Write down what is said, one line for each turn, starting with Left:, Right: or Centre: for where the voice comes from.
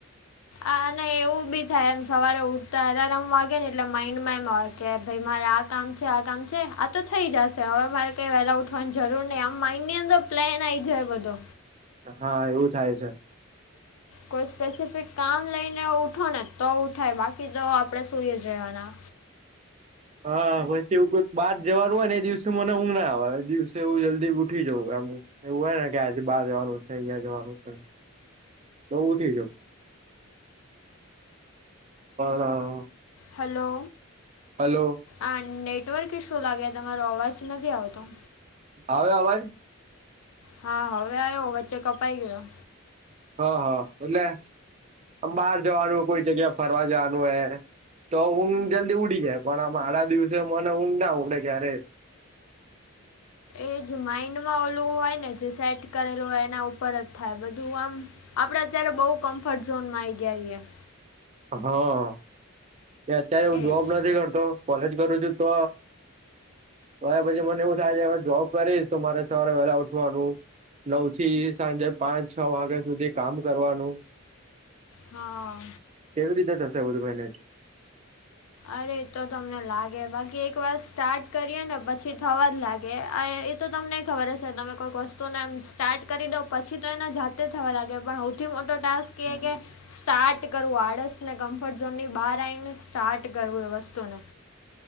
Left: આ અને એવું બી થાય એમ સવારે ઉઠતા એલારામ વાગે ને એટલે માઇન્ડમાં એમ હોય કે ભઈ મારે આ કામ છે આ કામ છે આ તો થઈ જશે હવે મારે કઈ વેલા ઉઠવાન જરૂર નહીં આમ માઇન્ડની અંદર પ્લેન આવી જાય બધો.
Right: હા એવું થાય છે.
Left: કોઈ સ્પેસિફિક કામ લઈને ઉઠો ને તો ઉઠાય બાકી તો આપડે સુઈએ જ રહેેવાના.
Right: હા પછી એવું કોઈઈ બાર જવાનું હોય ને એ દિવસે મને ઊઘ ના આવે એ દિવસે એવું જલ્દી ઉઠી જવ આમ. એવું હોય ને કે આજે બાર જવાનું છે અહિયાં જવાનું છે. તો ઉઠી જઉં પણ
Left: હલો
Right: હલો
Left: આ નેટવર્ક ઇશું લાગે તમારો અવાજ નથી આવતો.
Right: આવે અવાજ.
Left: હા હવે આયો વચ્ચે કપાઈ ગયો.
Right: હા હા એટલે આ બહાર જવાનું હો કોઈ જગ્યા ફરવા જવાનું હોય હે. તો ઊંઘ જલ્દી ઉડી જાય પણ આમ આડા દિવસે મને ઊંઘ ના ઉડે ક્યારેય.
Left: એજ માઈન્ડમાં ઓલું હોય ને જે સેટ કરેલું હોય એના ઉપર જ થાય બધું આમ આપડે અત્યારે બહુ કમ્ફર્ટ ઝોનમાં આઈ ગ્યા હિયે.
Right: હા એ અત્યારે હું
Left: એ
Right: જોબ
Left: જ
Right: નથી કરતો કોલેજ કરું છું તો તોય પછી મને એવું થાય છે હ જોબ કરીશ તો મારે સવારે વહેલા ઉઠવાનું. નવ થી સાંજે પાંચ છ વાગ્યા સુધી કામ કરવાનું.
Left: હા.
Right: કેવી રીતે થસે બધુ મેંનેજ?
Left: અરે, એતો તમને લાગે, બાકી એક વાર સ્ટાર્ટ કરીએ ને પછી થવા જ લાગે. આ આ એ તો તમને ખબર હસે, તમે કોઈક વસ્તુને એમ સ્ટાર્ટ કરી દો, પછી તો એના જાતે જ થવા લાગે, પણ હાઉ સૌથી મોટો ટાસ્ક એ, કે સ્ટાર્ટ કરવું. આળસને કમ્ફર્ટ ઝોનની બહાર આઈને સ્ટાર્ટ કરવું એ વસ્તુ ને.